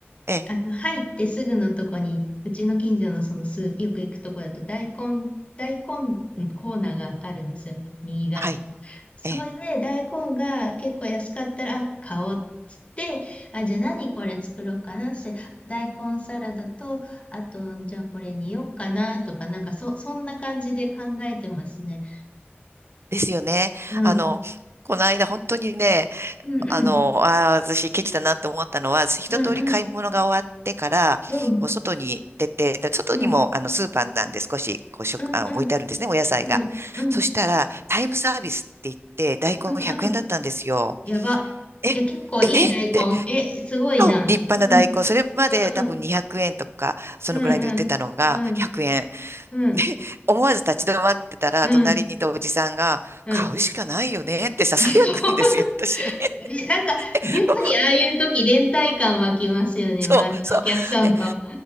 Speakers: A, on the right; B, on the left.
A: ええ、
B: あの、入ってすぐのとこに、うちの近所のそのスー、よく行くとこだと大根、大根コーナーがあるんですよ。右側に。
A: は
B: それで大根が結構安かったら、
A: い。ええ
B: あ、買おうっつって、あ、じゃあ何これ作ろうかなっつって、大根サラダと、あと、じゃあこれによっかなとか、なんかそ、そんな感じで考えてますね。
A: ですよね。
B: うん。
A: あの、この間本当にね、
B: うんうん。
A: あの、ああ、私ケチだなって思ったのは、一通り買い物が終わってから、
B: うんうん。うん
A: こう外に出て、で外にもあのスーパーなんで少しこう食、
B: うん。うんうん。
A: あ、置いてあるんですね、お野菜が。
B: うんうん。
A: そしたら、タイムサービスって言って、大根100円だったんですよ。
B: うんうん。やば。
A: え、
B: え、結構いい大根。
A: えって、
B: え、すごいな。
A: あ立派な大根、
B: うん。
A: それまで多分200円とか、
B: うんうん。
A: そのくらいで売ってたのが100円。
B: うんうん。うん
A: で
B: うん
A: <laughs> 思わず立ち止まってたら、
B: うん。
A: 隣にいたおじさんが、
B: うん。
A: 買うしかないよねって <laughs> ささやくんですよ、
B: <laughs> そう。
A: <laughs> 私に。
B: <laughs> ね、なんか、
A: <laughs>
B: 妙にああいう時連帯感湧きますよね。
A: もうそう、
B: 周りのお客さんと。
A: そう。で、